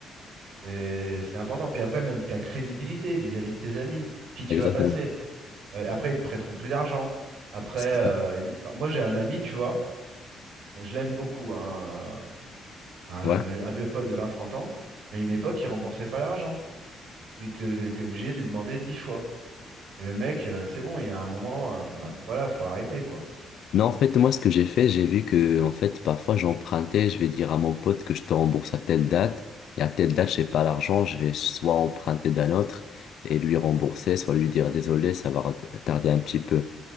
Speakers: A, on the right (about 75°); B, on the left (about 70°).
A: C'est c'est important. Puis après, même ta crédibilité vis-à-vis de tes amis, pour qui tu
B: exactement.
A: vas passer. Euh, après, ils te prêteront plus d'argent. Après,
B: C'est
A: euh,
B: ça.
A: il y a des histoires. moi j'ai un ami, tu vois, je l'aime beaucoup, hein, euh,
B: Ouais.
A: un, un vieux pote de vingt trente ans, mais à une époque, il remboursait pas l'argent. Tu étais obligé de lui demander 10 fois. Et le mec, euh, c'est bon, il y a un moment, euh, voilà, faut arrêter, quoi.
B: Non, en fait, moi, ce que j'ai fait, j'ai vu que, en fait, parfois, j'empruntais, je vais dire à mon pote que je te rembourse à telle date, et à telle date, j'ai pas l'argent, je vais soit emprunter d'un autre et lui rembourser, soit lui dire désolé, ça va ret- tarder un petit peu.